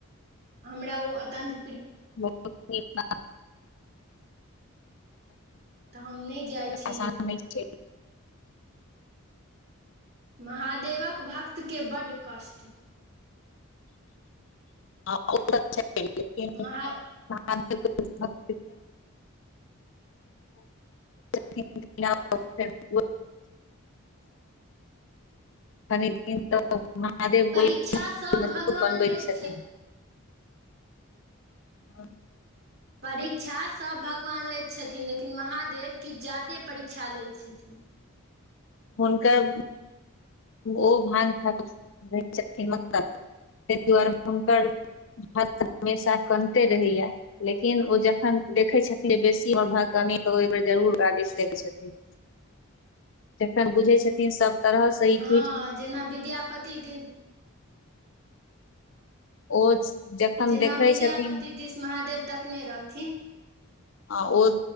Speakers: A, on the right; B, on the left.
A: हमरा ओ अतंत।
B: बहुत निक बात।
A: तऽ हम नहि जाइ छी
B: आसान नैय छै <unintelligible>
A: महादेवक भक्तके बड कष्ट।
B: <unintelligible>
A: महा
B: <unintelligible> तऽ महादेव
A: परीक्षा
B: गो
A: सभ
B: मजबूत
A: भगवान
B: बनबैत
A: लैत
B: छथिन। ह। <inaudible>
A: परीक्षा सब भगवान लैत छथिन लेकिन महादेव किछ जादे परीक्षा लैत छथिन।
B: हुनकर। ओ भाँग खा क सुतल रहै छथिन मत्तल तइ द्वारे हुनकर। हमेशा कनते रहैया। लेकिन ओ जखन देखै छथिन बेसीर भ त ओ बेर जरूर ओकरा दिस देखै छथिन। जखन बुझै छथिन सब तरहसँ इ।
A: हँ जेना विद्यापति दिन।
B: ओ जखन
A: जेना
B: देखै
A: विद्यापति
B: छथिन।
A: दिस महादेव तकने रहथिन।
B: आ ओ